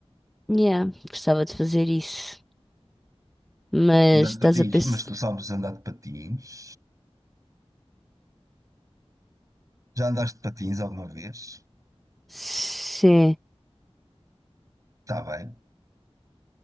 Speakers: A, in the centre; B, on the right.
A: yeah, gostava de fazer isso. Mas
B: Andar
A: estás
B: de patins,
A: a pensar.
B: mas tu sabes andar de patins? Já andaste de patins alguma vez?
A: Sim.
B: Está bem.